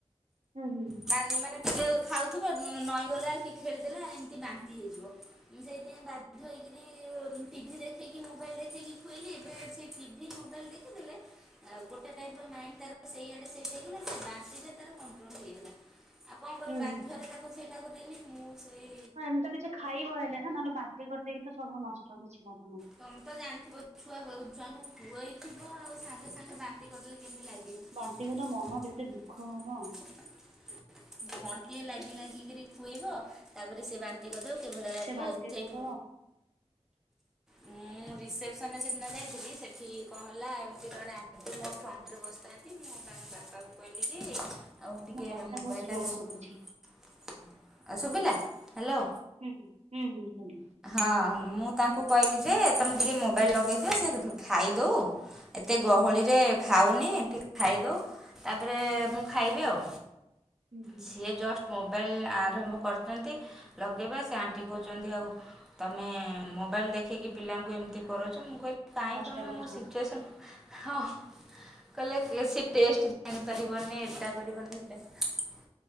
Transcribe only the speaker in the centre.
ମାନେ ଖାଉଥିବ ନଈଗଲା କି ଖେଳିଦେଲା ଏମିତି ବାନ୍ତି ହେଇଯିବ। ସେଇଥିପାଇଁ ବାଧ୍ୟ ହେଇକରି ଟି ଭି ଦେଖକି ମୋବାଇଲ ଦେଖେଇକି ଖୁଏଇଲି। ଏବେ ସେ ଟି ଭି ମୋବାଇଲ ଦେଖିଦେଲେ ଗୋଟେ ଦାଇତ ମାଇନଡି ତାର ସେଇଆଡେ ସେଟ ହେଇଗଲା। ସେ ବାନ୍ତି ଟା ତାର କନଟୋରଲ ହେଇଗଲା। ଆଉ କଣ କରିବ
ବାଧ୍ୟରେ
ତାକୁ ସେଇଟାକୁ ଦେବି। ମୁଁ <inaudible>
ତମେ ତ ଜାଣିଥିବ ଛୁଆ ଛୁଆଙ୍କୁ ଖୁଆଇଥିବ ଆଉ ସାଙ୍ଗେ ସାଙ୍ଗେ ବାନ୍ତି କରିଦେଲେ କେମିତି ଲାଗିବ।
ଘଣ୍ଟିଏ ଲାଗି ଲାଗି ଖୁଏଇବ ତାପରେ ସେ ବାନ୍ତି କରିଦେବ ଟିକେ ଭଲ ଲାଗିବ।
ସେଇଠୁ
ମୁଁ ରିସ୍ପେସନ ରେ ସେଦିନ ଯାଇଥିଲି ଇଏ କଣ ହେଲା ଏମିତି ଜଣେ ଆଣ୍ଟି ମୋ ଫ୍ରଣ୍ଟରେ ବସିଥାନ୍ତି, ମୁଁ ତାଙ୍କ ବାପାଙ୍କୁ କହିଲି କି ଆଉ
ଟିକେ
ମୋବାଇଲ୍
ଟା <unintelligible>
ଆ ଶୁଭିଲା। ହ୍ୟାଲୋ।
ହଁ ମୁଁ ତାଙ୍କୁ କହିଲି ଯେ ତମେ ଟିକେ ମୋବାଇଲ ଲଗେଇ ଦିଅ ସେ ଖାଇଦଉ ଏତେ ଗହଳି
ରେ ଖାଉନି ନି ଟିକେ ଖାଇଦଉ ତାପରେ ମୁଁ ଖାଇବି ଆଉ।
ସିଏ
ଜଷ୍ଟ ମୋବାଇଲ୍ ଆରମ୍ଭ କରିଛନ୍ତି ଲଗେଇବା ସେ ଆଣ୍ଟି କହୁଛନ୍ତି ଆଉ ତମେ ମୋବାଇଲ୍ ଦେଖିକି ପିଲାଙ୍କୁ ଏମିତି କରୁଛ ମୁଁ କହିଲି ନାଇଁ
ତମେ
ମୋ ସିଚୁଏସନ୍ ହଁ କହିଲେ ସେ ଟେଷ୍ଟ କରିପାରିବନି ଏଟା କରିବନି ସେଟା